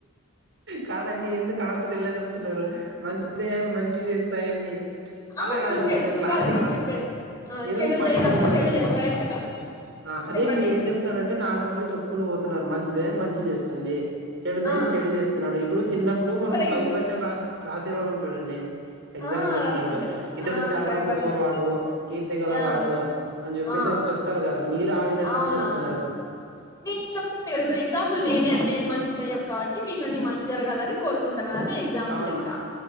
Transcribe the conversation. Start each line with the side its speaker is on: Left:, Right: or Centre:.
Right: కాదండి ఎందుకు ఆన్సర్ ఎలా చెప్తున్నారు మంచి దయ్యాలు మంచి చేస్తాయని
Left: ఆ
Right: అలా
Left: మ
Right: కాదండి
Left: చె
Right: కొంచెం
Left: ఇప్పుడు
Right: క్లారిటీగా
Left: కాదు నకు చెప్పేది విను ఆ
Right: ఏదో
Left: చెడు
Right: ఒక పాయింట్
Left: దయలో
Right: ఉంటది
Left: చెడు
Right: కదండి.
Left: చేస్తాయ లేదా
Right: ఆ అదే
Left: చెప్పండి
Right: మీరు ఏం చెప్తారంటే నార్మల్గా చెప్పుకుంటూ పోతున్నారు మంచి దెయ్యం మంచి చేస్తుంది చెడు దయం
Left: ఆ
Right: చెడు చేస్తున్నాడు ఇప్పుడు చిన్నప్పుడు మనం
Left: ఫర్ ఎగ్
Right: కవి పరిచయం రా రాసేవాళ్ళం చూడండి ఎగ్జామ్
Left: ఆ
Right: లో వచ్చినప్పుడు
Left: రాస్తాంట నేను
Right: ఇతడు
Left: ఆ
Right: చాలా
Left: కవి
Right: గొప్పవాడు
Left: పరిచయం
Right: కీర్తి గల
Left: ఆ
Right: వాడు అడు అని చెప్పేసి
Left: ఆ
Right: అడ చెప్తారు కదా మీరు ఆ విధంగానే
Left: అవునవును
Right: చెప్తున్నారు
Left: నేను చెప్ గ ఇప్పుడు ఎగ్జాంపుల్ నేనే అంటే నేను మంచిదయ్యం కాబట్టి మీకు అన్ని మంచి జరగాలని కోరుకుంటున్నా అదే ఎగ్జాంపుల్
Right: అవును.
Left: ఇంకా